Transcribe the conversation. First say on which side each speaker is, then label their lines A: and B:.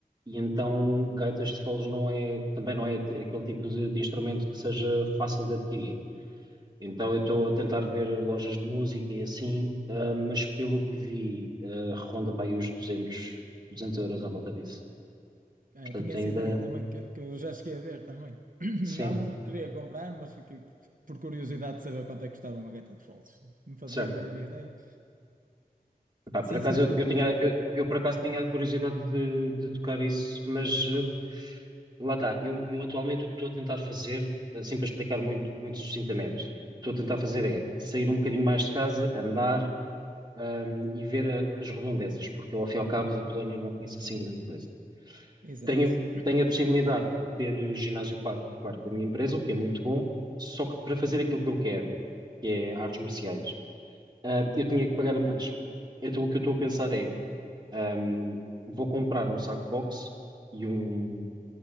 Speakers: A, on the right; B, on the right.
A: e então, gaitas de foles não é, também não é aquele tipo de, de instrumento que seja fácil de adquirir. Então eu estou a tentar ver lojas de música e assim, ah, mas pelo que vi, ah, ronda para aí os 200, 200 euros à volta disso.
B: Ah,
A: Portanto,
B: tinha essa
A: ainda,
B: ideia também, que, que eu já cheguei a ver também. <clears throat>
A: sim,
B: Não porque queria comprar, mas fiquei por curiosidade de saber quanto é que custava uma gaita de foles. Não fazia
A: certo.
B: a mínima ideia.
A: Epá, por
B: Sim,
A: acaso
B: sim, desculpa,
A: eu, eu tinha,
B: podes continuar.
A: eu, eu por acaso tinha a curiosidade de, de tocar isso, mas ah, lá está. Eu, eu atualmente o que estou a tentar fazer, assim para explicar muito, muito sucintamente, o que estou a tentar fazer é sair um bocadinho mais de casa, andar, ah, e ver a- as redondezas, porque eu, ao fim e ao cabo da Polónia não conheço assim grande coisa.
B: Exato.
A: Tenho,
B: <clears throat>
A: tenho a possibilidade de ter eh, ginásio pago por parte da minha empresa, o que é muito bom, só que para fazer aquilo que eu quero, que é artes marciais, ah, eu tinha que pagar mais. Então o que eu estou a pensar é, ahm, vou comprar um saco box e, um,